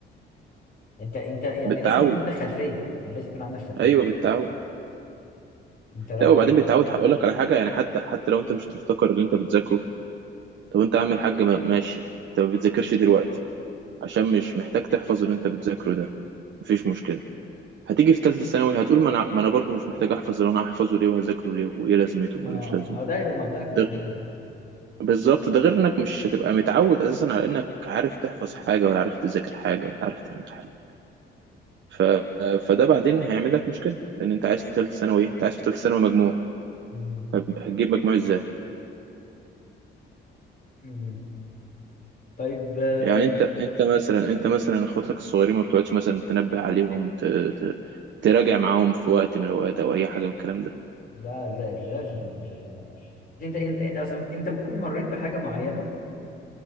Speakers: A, on the left; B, on the right.
A: انت انت يعني
B: بالتعود
A: لازم يكون عندك خلفية يعني لازم يكون عندك خلفية
B: ايوه بالتعود
A: انت لو
B: لا وبعدين
A: جيت
B: بتعود هقول لك على حاجه يعني حتى حتى لو انت مش تفتكر اللي انت بتذاكره طب انت عامل حاجه ما- ماشي انت ما بتذاكرش دلوقتي عشان مش محتاج تحفظ اللي انت بتذاكره ده مفيش مشكله هتيجي في ثالثه ثانوي هتقول ما انا ما انا برضه مش محتاج احفظ اللي انا هحفظه ليه وهذاكره ليه وايه لازمته وملوش
A: اه
B: لازمه
A: ما هو ده يبقى مبدأك في
B: ده
A: الحياة
B: بالظبط ده غير انك مش هتبقى متعود اساسا على انك عارف تحفظ حاجه ولا عارف تذاكر حاجه ولا عارف تعمل حاجه ف... فده بعدين هيعمل لك مشكله لان انت عايز في ثالثه ثانوي ايه انت عايز في ثالثه ثانوي مجموع
A: مم.
B: طب هتجيب مجموع ازاي
A: مم. طيب آه،
B: يعني انت انت مثلا انت مثلا اخواتك الصغيرين ما بتقعدش مثلا تنبه عليهم ت... ت... تراجع معاهم في وقت من الاوقات او اي حاجه من الكلام ده
A: لا لا لا يعني انت انت أصل انت بتكون مريت بحاجة معينة